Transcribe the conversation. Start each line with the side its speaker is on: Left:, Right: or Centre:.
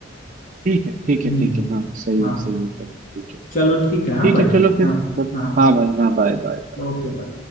Right: ठीक है ठीक
Left: हम्म
Right: है ठीक
Left: हम्म,
Right: है हाँ सही
Left: हाँ
Right: है सही है तब ठीक है
Left: चलो ठीक है हाँ
Right: ठीक
Left: भाई
Right: है चलो फिर
Left: हाँ
Right: तब
Left: हाँ
Right: हाँ भाई हाँ बाय बाय
Left: ओके